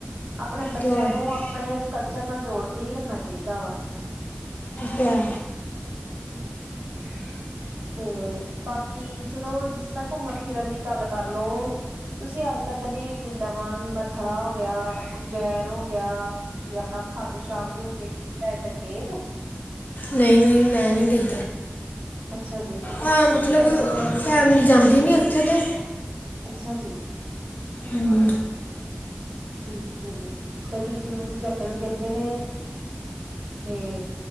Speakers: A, on the right (about 50°); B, on the left (about 45°).
A: ਆਪਣੇ ਬੱਚਿਆਂ
B: ਤੇ ਹੋਰ
A: ਨੂੰ,
B: ਇਹ
A: ਆਪਣੇ ਕਲਚਰ ਨਾਲ ਜੋੜ ਕੇ ਹੀ ਰੱਖਣਾ ਚਾਹੀਦਾ ਵਾ।
B: ਤੇ ਐ
A: <unintelligible> ਤੇ ਬਾਕੀ ਚਲੋ, ਜਿਸ ਤਰ੍ਹਾਂ ਘੁੰਮਣ ਫਿਰਨ ਦੀ ਗੱਲ ਕਰਲੋ। ਤੁਸੀਂ ਅੱਜ ਤੱਕ ਕਦੀ ਵਰਿੰਦਾਵਾਨ, ਮਥੁਰਾ ਹੋ ਗਿਆ, ਉਜਜੈਨ ਹੋ ਗਿਆ ਜਾਂ ਖਾਟੂ ਸ਼ਾਮ ਜੀ ਹੋ ਗੇ, ਕਿਤੇ ਅਜ ਤਕ ਗਏ ਜੇ?
B: ਨਹੀਂ ਨਹੀਂ ਮੈਂ ਨਹੀਂ ਗਈ
A: ਅੱਛਾ ਜੀ ਉੱਥੋਂ
B: ਹਾਂ ਮਤਲਬ,
A: ਦੇ ਮੰਦਿਰ ਵਗੈਰਾ
B: ਫੈਮਲੀ ਜਾਂਦੀ ਨੀ ਉੱਥੇ ਤੇ
A: ਅੱਛਾ ਜੀ।
B: ਹੂ
A: ਠੀਕ ਹੈ ਜੀ, ਕਦੀ ਜਰੂਰ ਜਾਇਓ, ਕਹਿੰਦੇ ਨੇ ਕਿ